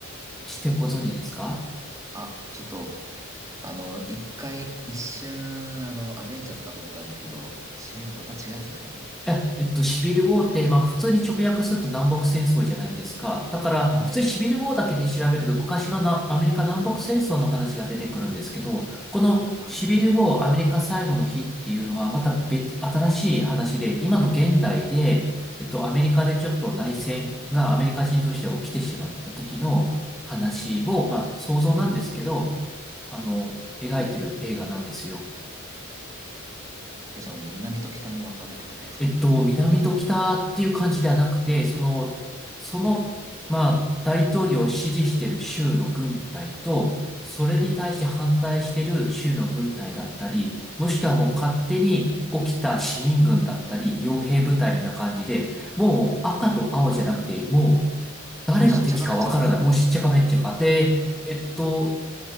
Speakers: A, in the centre; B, on the right (about 15°).
A: してご存知ですか
B: あ、あ、ちょっと、あの、一回、一瞬、あの、アベンジャーズかと思ったんですけど、シミのまた違うやつですかね。
A: いや、えっと、シビルウォーって、まあ、普通に直訳すると南北戦争じゃないですか。だから、
B: はい。
A: 普通にシビルウォーだけで調べると、昔のなアメリカ南北戦争の話が出てくるんですけど、このシビルウォーアメリカ最後の日っていうのは、
B: はい。
A: また別、新しい話で、今の現代で、えっと、アメリカでちょっと内戦がアメリカ人同士で起きてしまった時の話を、まあ、想像なんですけど、あの、描いてる映画なんですよ。
B: え、じゃあもう南と北に分かれてってことですか
A: えっと、南と北っていう感じではなくて、
B: 前みたいに。
A: その、その、まあ、大統領を支持している州の軍隊と、それに対して反対している州の軍隊だったり、もしくはもう勝手に起きた市民軍だったり、傭兵部隊みたいな感じで、もう赤と青じゃなくて、
B: もう
A: もう誰が敵かわからない。
B: ん、もうしっちゃかめっちゃかですね。
A: もうしっちゃかめっちゃかで、えっと、